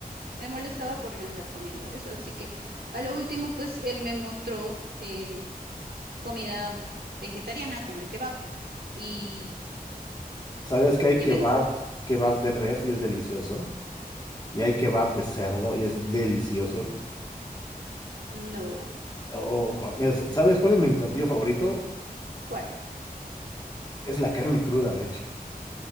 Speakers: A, on the right; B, on the left.
A: me molestaba por yo andar comiendo eso. Así que a lo último, pues él me mostró el, comida vegetariana como el kebab y,
B: ¿Sabes que hay
A: y
B: kebab,
A: me gustó.
B: kebab de res y es delicioso? Y hay kebab de cerdo y es delicioso.
A: No,
B: Oh, mira, ¿sabes cuál es mi platillo favorito?
A: ¿cuál?
B: Es la carne cruda, de hecho.